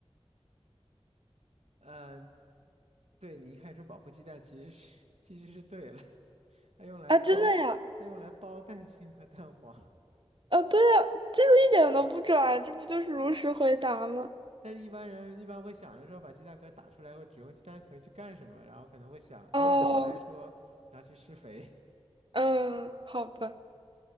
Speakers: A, on the right; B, on the right.
A: 嗯、呃对你一开始说保护鸡蛋，其实是其实是对了，它用来包它用来包蛋清和蛋黄，
B: 啊！真的呀？啊，对呀，这个一点都不拽，这不就是如实回答吗？
A: 但是一般人一般会想着说把鸡蛋壳打出来或只用鸡蛋壳去干什么，然后可能会想，就像你后来说拿去施肥
B: 哦，嗯，好吧，